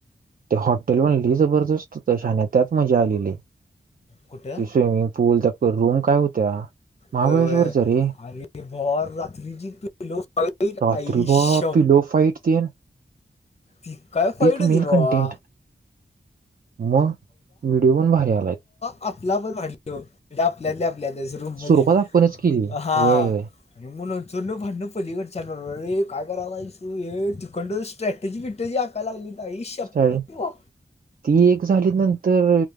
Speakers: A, on the right; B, on the left.
A: ते हॉटेल म्हनली जबरदस्त तशाण्यात त्यात मजा आलेली त
B: कुठं
A: स्विमिंग पूल त्या रूम काय होत्या महाबळेश्वरच्या
B: होय होय
A: रे
B: अरे भावा रात्री जी पिलो फाईट
A: रात्री
B: आई
A: बाप
B: श
A: पिलो फाईट तेन
B: ती काय फाडदि
A: पीक मेल
B: भावा
A: कंटेंट मग व्हिडिओ पण भारी आलाय
B: आपल्या पण वाढलो आपल्या रूम मध्ये
A: सुरुवात आपणच केली
B: हा
A: वय वय
B: भांडण पलीकड च्या रे काय करालायस ये ण स्ट्रॅटजी बटजी हाका लाली त ह शप
A: स्टार्ट
B: वा
A: ती एक ली नंतर